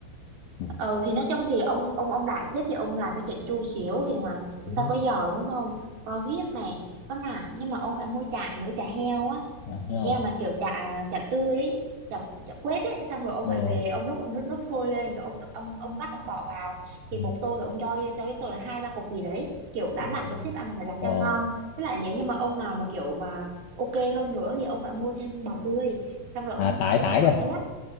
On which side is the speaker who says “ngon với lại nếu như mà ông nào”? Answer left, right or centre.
Right